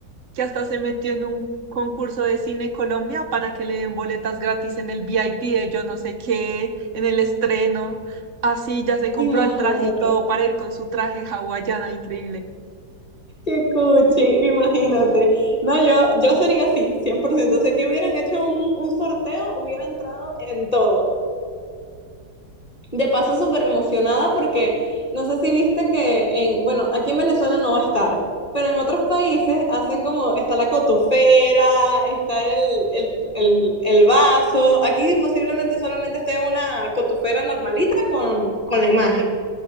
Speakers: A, on the right (about 55°); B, on the left (about 20°).
A: que hasta se metió en un concurso de Cine Colombia para que le den boletas gratis en el VIP de yo no sé qué, en el estreno. Así ya se compró
B: Imagínate.
A: el traje y todo para ir con su traje hawaiana, increíble.
B: Qué cuchi, imagínate. No, yo, yo sería así, 100%. O sea, que hubieran hecho un, un sorteo, hubiera entrado en todo. De paso, súper emocionada porque no sé si viste que en, bueno, aquí en Venezuela no va a estar, pero en otros países hacen como, está la cotufera, está el, el- el- el vaso. Aquí posiblemente solamente esté una cotufera normalita con, con la imagen.